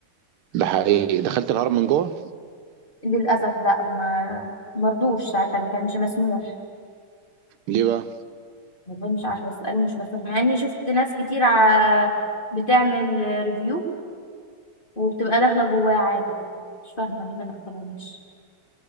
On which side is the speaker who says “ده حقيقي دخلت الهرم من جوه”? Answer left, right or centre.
Right